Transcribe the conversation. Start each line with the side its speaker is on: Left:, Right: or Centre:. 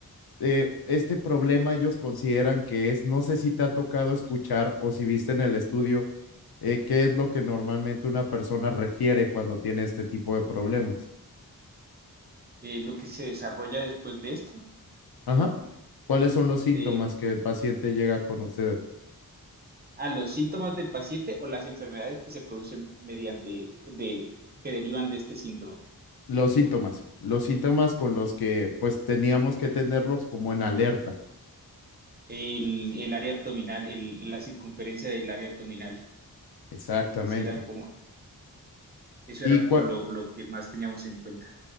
Left: Eh, este problema ellos consideran que es, no sé si te ha tocado escuchar o si viste en el estudio, eh, qué es lo que normalmente una persona refiere cuando tiene este tipo de problemas.
Right: Eh, lo que se desarrolla después de esto,
Left: Ajá. ¿Cuáles son los síntomas
Right: eh,
Left: que el paciente llega con ustedes?
Right: a los síntomas del paciente o las enfermedades que se producen mediante, de, que derivan de este síndrome.
Left: Los síntomas, los síntomas con los que pues teníamos que tenerlos como en alerta.
Right: El, el área abdominal, el- la circunferencia del área abdominal,
Left: Exactamente.
Right: ese era como, eso
Left: ¿Y
Right: era
Left: cuál,
Right: como lo, lo que más teníamos en cuenta.